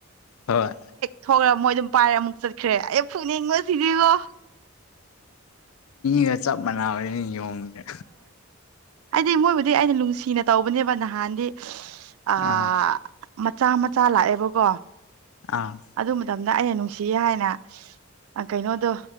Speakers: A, on the left; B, on the right.
A: ꯍꯣꯏ
B: ꯊꯣꯛꯈꯒ ꯃꯣꯏ ꯑꯗꯨꯝ ꯄꯥꯏꯔ ꯑꯃꯨꯛ ꯆꯠꯈ꯭ꯔꯦ ꯑꯩ ꯐꯨꯛꯅꯤꯡꯉꯣ ꯁꯤꯅꯦꯀꯣ
A: ꯒ ꯆꯞ ꯃꯥꯟꯅꯕꯅꯤꯅ ꯌꯦꯣꯡꯗꯦ
B: ꯗꯤ ꯃꯣꯏꯕꯨꯗꯤ ꯑꯩꯅ ꯅꯨꯡꯁꯤꯅ ꯇꯧꯕꯅꯦꯕ ꯅꯍꯥꯟꯗꯤ ꯑ
A: ꯑꯥ
B: ꯃꯆꯥ ꯆꯥ ꯂꯥꯛꯑꯦꯕꯀꯣ
A: ꯑꯥ
B: ꯑꯗꯨ ꯃꯇꯝꯗ ꯑꯩꯅ ꯅꯨꯡꯁꯤꯌꯦ ꯍꯥꯏꯅ ꯀꯩꯅꯣꯗꯣ